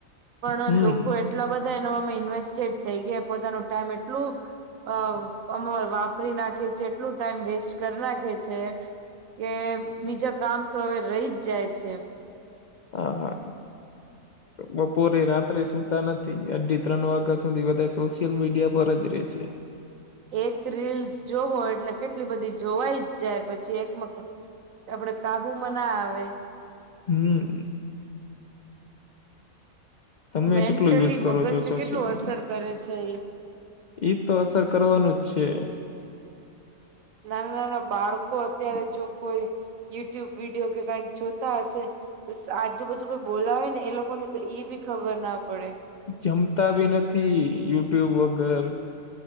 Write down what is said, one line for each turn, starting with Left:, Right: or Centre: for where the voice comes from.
Right: પણ
Left: હમ
Right: લોકો એ એટલા બધા એનામાં ઇન્વેસ્ટેડ થઈ ગયા પોતાનું ટાઈમ એટલું અ અમ વાપરી નાખે છે એટલું ટાઈમ વેસ્ટ કર નાખે છે. કે બીજા કામ તો હવે રહી જ જાય છે.
Left: હા હા <inaudible> બપોરે રાત્રે સુતા નથી અઢી ત્રણ વાગ્યા સુધી બધા સોશિયલ મીડિયા પર જ રે છે.
Right: એક રિલ્સ જોવો એટલે કેટલી બધી જોવાઈ જ જાય પછી એકમક આપડે કાબુમાં ના આવે
Left: હમ તમે
Right: મેન્ટલી
Left: કેટલું યુઝ કરો
Right: મગજને
Left: છો સોશિયલ
Right: કેટલું
Left: મીડિયા?
Right: અસર કરે છે એ
Left: ઈ તો અસર કરવાનું જ છે.
Right: નાના નાના બાળકો અત્યારે જો કોઈ યુટ્યુબ વિડીયો કે કઈક જોતા હશે આજુબાજુ કોઈ બોલાવે ને એ લોકોને તો ઈ બી ખબર ના પડે.
Left: જમતા બી નથી યુટ્યુબ વગર.